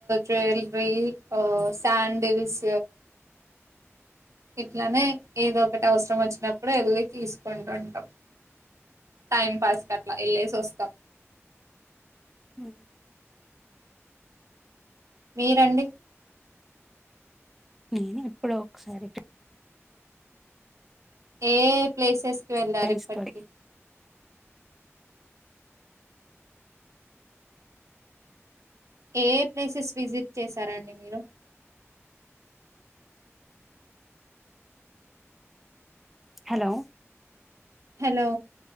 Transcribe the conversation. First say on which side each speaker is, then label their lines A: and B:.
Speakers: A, on the right (about 85°); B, in the centre.
A: వల్రీ <unintelligible> సాడ్ల్స్ ఇట్లానే ఏదో ఒకటి అవసరం వచ్చినప్పుడు వెళ్లి తీసుకుంటు ఉంటాం. టైం పాస్ కట్లా ఎల్లేసి, వస్తాం.
B: హ
A: మీరండి
B: నేను ఇప్పుడ ఒకసారి
A: ఏ ప్లేసెస్కిి వెళ్ళారు
B: ఫ్రెండ్స్
A: ఇప్పటికి
B: తోటి
A: ఏ ప్లేసెస్ విజిట్ చేసారంండి మీరు
B: హలో
A: హలో